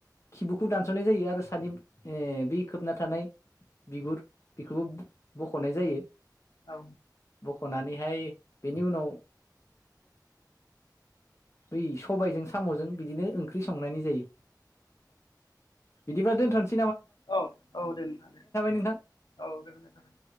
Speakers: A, on the left; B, on the left.
A: खिबुखौ दानस'नाय जायो आरो सानै ए बे खोबना थानाय बिगुर बेखौबो बख'नाय जायो
B: औ
A: ख'नानैहाय बेनि उनाव बै सबायजों साम'जों बिदिनो ओंख्रि संनानै जायो बिदिबा दोनथ'सै
B: औ औ दोन अदे
A: नोंथां
B: औ गोजोननाय थाबाय